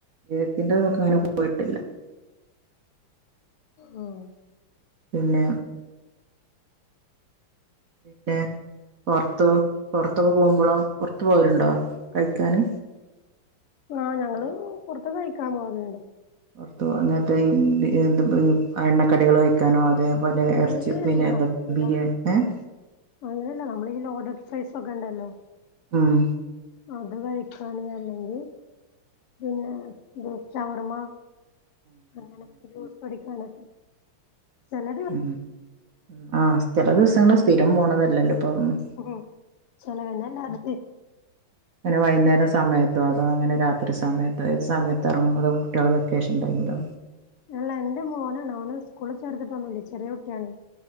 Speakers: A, on the right (about 50°); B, on the left (about 85°).
A: കേക്ക് ന്റെത് നമുക്ക് അങ്ങനെ പോയിട്ടില്ല
B: ഉം
A: പിന്നെ പിന്നെ പുറത്ത് പുറത്തൊക്കെ പോകുമ്പോളാ പുറത്ത പോവലുണ്ടോ കഴിക്കാന്
B: ആഹ് ഞങ്ങള്
A: ഹലോ
B: പുറത്ത് കഴിക്കാൻ പോകുന്നുണ്ട്
A: പുറത്തു അങ്ങനത്തെ ഈ ഇ എണ്ണക്കടികള ചിക്കനോ അതേപോലെ ഇറച്ചി
B: അല്ലല്ല
A: പിന്നെതൊ
B: അല്ല
A: ബിരിയാണി ഏ-
B: അങ്ങനെയല്ല നമ്മളലോഡാഡ് പ്രൈസ ഒക്കെ ഉണ്ടല്ലോ
A: ആം
B: അത് കഴിക്കാന അല്ലെങ്കിൽ പിന്നെ ഗ്രൂപ്പ് ശവർമ്മ അങ്ങനെ ജൂസ് പൊടിക്കണക്കെ ചില ര്
A: ഉ ആഹ് ചില ദിവസങ്ങള്ൾ സ്ഥിരം പോണതല്ലല്ലോ ഇപ്പഅതൊന്നും
B: ഉ ചലവന്നല്ല അത്
A: അങ്ങനെ വൈകേര സമയത്തോ അതോ അങ്ങനെ രാത്രി ഒത്തിരി സമയത്ത് ഒരു സമയത്ത് ഇറങ്ങും കുട്ടികളെ വെക്കേഷൻ ടൈമില
B: അല്ല എന്റെ മോനാണ് അവന് സ്കൂളിൽ ചേർത്തിട്ട്ന്നില്ലേ ചെറിയ കുട്ടിയാണ്